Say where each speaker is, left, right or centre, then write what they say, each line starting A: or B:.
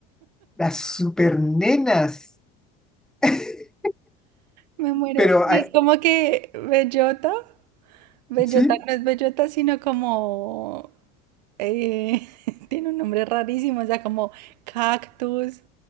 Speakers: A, in the centre; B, on the right.
A: Las super nenas. <laughs>
B: Me muero.
A: Pero,
B: Y
A: ah,
B: es como que bellota, bellota
A: sí,
B: no es bellota, sino como, eh, <laughs> tiene un nombre rarísimo, o sea, como cactus